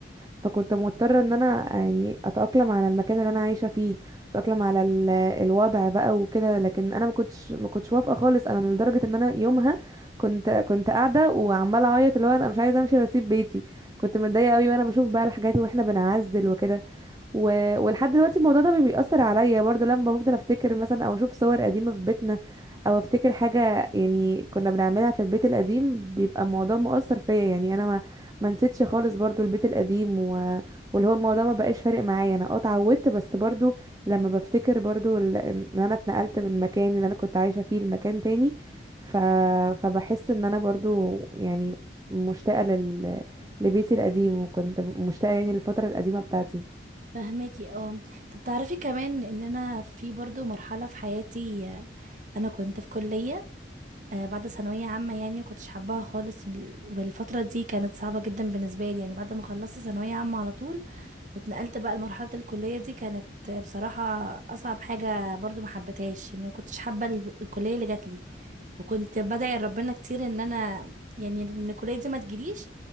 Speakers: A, on the right; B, on the right.
A: فكنت مضطره ان انا يعني اتاقلم على المكان اللي انا عايشه فيه اتاقلم على ال... الوضع بقى وكده لكن انا ما كنتش ما كنتش موافقه خالص انا لدرجه ان انا يومها كنت كنت قاعده وعماله اعيط اللي هو انا مش عايزه امشي واسيب بيتي كنت متضايقه قوي وانا بشوف بقى الحاجات واحنا بنعزل وكده و... ولحد دلوقتي الموضوع ده بيأثر عليا برضه لما بفضل افتكر مثلا او اشوف صور قديمة في بيتنا او افتكر حاجة يعني كنا بنعملها في البيت القديم بيبقى الموضوع مؤثر فيا يعني انا ما ما نسيتش خالص برضه البيت القديم و... واللي هو الموضوع ما بقاش فارق معايا انا اه اتعودت بس برضه لما بفتكر برضه ال- ان انا اتنقلت من مكان اللي انا كنت عايشة فيه لمكان تاني ف... فبحس ان انا برضه يعني مشتاقة لل... لبيتي القديم وكنت مشتاقة يعني للفترة القديمة بتاعتي
B: فهماكي اه طب تعرفي كمان إن أنا في برضو مرحلة في حياتي آه، أنا كنت في كلية آه، بعد ثانوية عامة يعني مكنتش حباها خالص ال- والفترة دي كانت صعبة جدا بالنسبة لي يعني بعد ما خلصت ثانوية عامة على طول واتنقلت بقى لمرحلة الكلية دي كانت بصراحة أصعب حاجة برضو ما حبيتهاش إن ما كنتش حابة ال- الكلية اللي جات لي وكنت بدعي لربنا كتير إن أنا يعني إن الكلية دي ما تجيليش